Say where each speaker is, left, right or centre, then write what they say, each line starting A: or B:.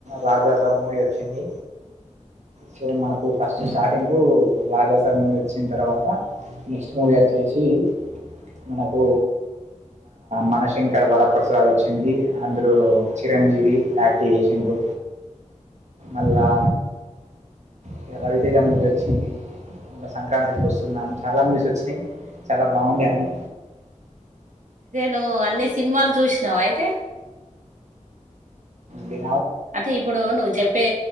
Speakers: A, on the right; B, on the right.
A: రాజాసబ్ మూవీ వచ్చింది సో మనకు ఫస్ట్ స్టార్టింగూ రాజాసబ్ మూవీ ఓచ్చిన తర్వాత నెక్స్ట్ మూవీ అచ్చేసి మనకు మన శంకరవర ప్రసాద్ ప్రసాదూ ఓచ్చింది అందులో చిరంజీవి యాక్ టీవేశిండు అల్లా ఇగ రవితేజ మూవీ ఓచ్చింది మల్ల సంక్రాంతికి ఓస్తున్నాం చాలా మూవీస్ ఓచ్చినయి చాలా బాగుండే అన్నీ
B: నూ అన్ని సినిమాలు చూసినవా అయితే
A: డి
B: అంటే ఇప్పుడు నువ్వు చెప్పే